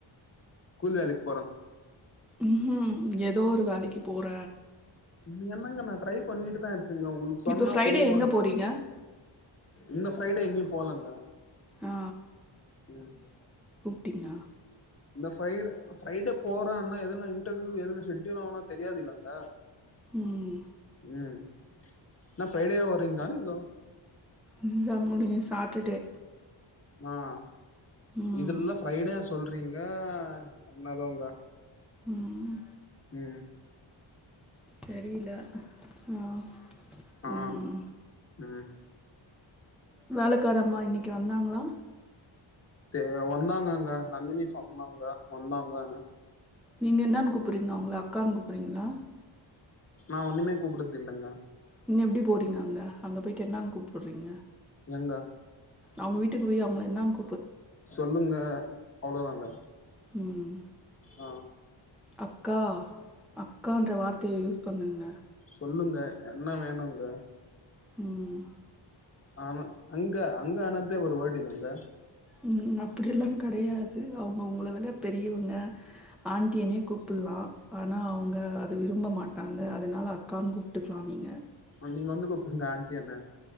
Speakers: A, on the left; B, in the centre.
A: கூலி வேலக்
B: உம் உம் எதோ ஒரு வேலக்கி போற
A: இன்னு என்னங்க நா ட்ரை பண்ணிட்டுதான் இருக் கங்க உங்குளுக்கு சொன்னா
B: இப்போ ஃப்ரைடே
A: புரியுமான்
B: எங்கே போறீங்க
A: இந்த ஃபிரைடே எங்கியும் போலங்க
B: ஆ
A: உம்
B: டிங்க
A: இந்த ஃபிரைடே ஃபிரைடே போறான்னா எதனா இன்டெரிவ் எதனா ஷெட்டியுல் ஆனா தெரியாது இல்லங்க
B: ம்
A: உம் நா ஃபிரைடே வறீங்கா நீங்கோ
B: எக்ஸாம் முடிஞ்சு சாட்டர்டே
A: ஆஹ்
B: ம்
A: இதுல்ல ஃபிரைடே சொல்றீங்க என்ன தோங்க
B: உம்
A: உம்
B: தெரியில உம்
A: ஆ
B: உம்
A: ம்
B: வேலக்காரம்மா இன்னிக்கி வந்தாங்களா
A: தே வந்தாங்கங்க நந்தினி சொன்னாங்க வந்தாங்கனு
B: நீங்க என்னானு கூப்புறிங்க அவுங்கள அக்கான்னு கூப் றிங்களா
A: நா ஒண்ணுமே கூப்புட்டது தில்லங்க
B: பின்ன எப்டி போறீங்க அங்க அங்கே போயிட்டு என்னானு கூப்புட்றீங்க
A: எங்க
B: அவுங்க வீட்டுக்கு போய் அவங்கள என்னான்
A: சொல்லுங்க அவ்ளோ தாங்க
B: ம்
A: ஆ
B: அக்கா அக்கான்ற வார்த்தேய யூஸ் பண்ணுங்க
A: சொல்லுங்க என்ன வேணுங்க
B: ம்
A: ஆனா அங்க அங்க ஆனதே ஒரு வேடு இல்லங்க
B: ம் ம் அப்டியெல்லாங் கெடையாது அவ் உங்கள விட பெரியவுங்க ஆண்டியனே கூப்பில்லா ஆனா அவுங்க அத விரும்ப மாட்டாங்க அதனால அக்கான்னு கூப்ட்டுக்கிலா நீங்க
A: ஆ நீங்க வந்து கூப்புடுங்க ஆண்டியன்னு